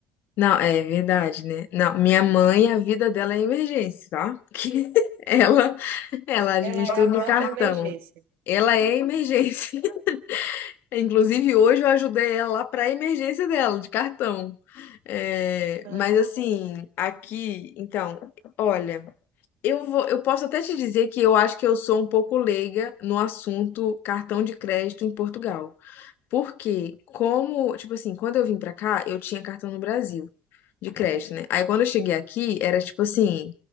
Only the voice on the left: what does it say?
Não, é verdade, né? Não, minha mãe, a vida dela é emergência, tá? <laughs> Porque ela, ela administra
tudo
no cartão.
Ela é emergência. <laughs> Inclusive, hoje eu ajudei ela lá pra emergência dela, de cartão. É,
mas assim, aqui, então, olha, eu vou, eu posso até te dizer que eu acho que eu sou um pouco leiga no assunto cartão de crédito em Portugal. Porque, como, tipo assim, quando eu vim pra cá, eu tinha cartão no Brasil, de crédito, né? Aí quando eu cheguei aqui, era tipo assim,